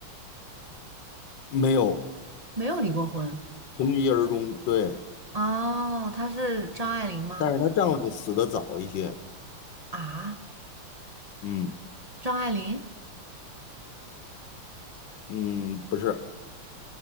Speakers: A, on the left; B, on the right.
A: 没有，
B: 没有离过婚。
A: 从一而终。对，
B: 哦，他是张爱玲吗？
A: 但是她丈夫死的早一些。
B: 啊，
A: 嗯
B: 张爱玲？
A: 嗯，不是，